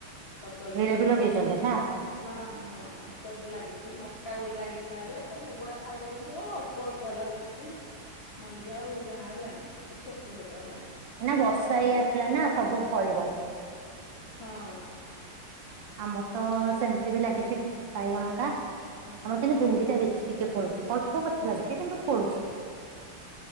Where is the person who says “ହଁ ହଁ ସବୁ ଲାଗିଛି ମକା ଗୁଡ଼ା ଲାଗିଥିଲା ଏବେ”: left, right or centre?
Left